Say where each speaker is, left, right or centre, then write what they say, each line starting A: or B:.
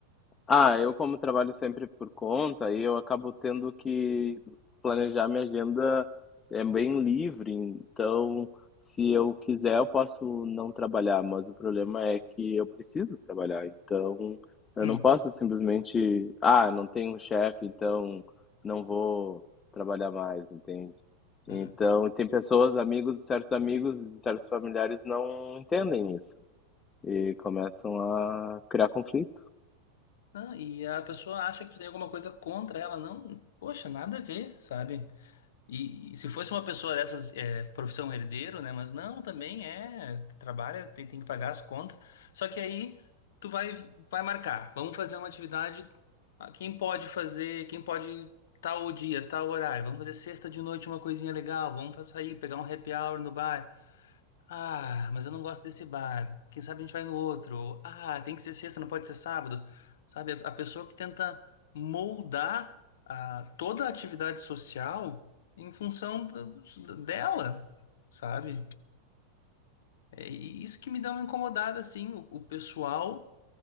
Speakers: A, on the left (about 20°); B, on the left (about 55°).
A: Ah, eu como trabalho sempre por conta, e eu acabo tendo que planejar minha agenda é bem livre, então se eu quiser eu posso não trabalhar, mas o problema é que eu preciso trabalhar, então eu
B: Hum,
A: não posso simplesmente, ah, não tenho um chefe, então não vou trabalhar mais, entende?
B: hum.
A: Então tem pessoas, amigos, certos amigos, certos familiares não entendem isso e começam a criar conflito.
B: Ah, e a pessoa acha que tu tem alguma coisa contra ela, não? Poxa, nada a ver, sabe? E, e se fosse uma pessoa dessas, é, profissão herdeiro, né? Mas não, também é, trabalha, tem, tem que pagar as contas. Só que aí tu vai, vai marcar, vamos fazer uma atividade. ah, Quem pode fazer, quem pode tal dia, tal horário, vamos fazer sexta de noite uma coisinha legal, vamos fa- sair, pegar um happy hour no bar. Ah, mas eu não gosto desse bar. Quem sabe a gente vai no outro. Ou, ah, tem que ser sexta, não pode ser sábado. Sabe, a a pessoa que tenta moldar a, toda a atividade social em função da- dos- da- dela, sabe? É e isso que me dá uma incomodada, assim, o, o pessoal